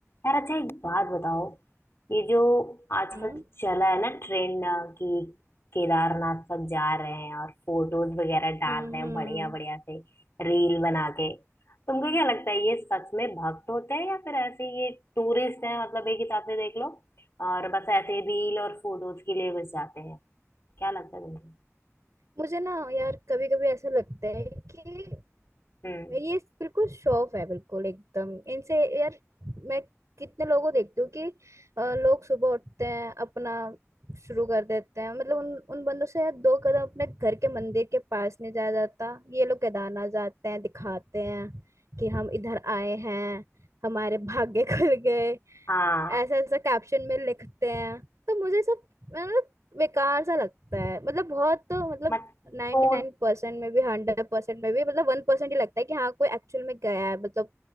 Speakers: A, on the left; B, on the right.
A: यार अच्छा एक बात बताओ ये जो आजकल
B: हम्म
A: चला है ना ट्रेंड कि केदारनाथ तक जा रहे हैं और फोटोज वगैरह डाल
B: हम्म
A: रहे हैं
B: हम्म।
A: बढ़िया बढ़िया से रील बना के तुमको क्या लगता है ये सच में भक्त होते हैं या फिर ऐसे ये टूरिस्ट हैं मतलब एक हिसाब से देख लो और बस ऐसे रील और फोटोज के लिए बस जाते हैं क्या लगता है तुमको
B: मुझे ना यार कभी कभी ऐसा लगता है कि
A: हम्म
B: ये बिल्कुल शो ऑफ है बिल्कुल एकदम इनसे यार मैं कितने लोगों को देखती हूँ कि अ, लोग सुबह उठते हैं अपना शुरू कर देते हैं मतलब उन उन बंदों से यार दो कदम अपने घर के मंदिर के पास नहीं जाया जाता ये लोग केदारनाथ जाते हैं दिखाते हैं कि हम इधर आए हैं हमारे भाग्य <laughs> खुल गए
A: हाँ
B: ऐसा ऐसा कैप्शन में लिखते हैं तो मुझे सब मतलब बेकार सा लगता है मतलब बहुत मतलब
A: मत
B: नाइन्टी
A: तो
B: नाइन परसेंट में भी हंड्रेड परसेंट में भी मतलब वन परसेंट ही लगता है कि हाँ कोई एक्चुअल में गया है मतलब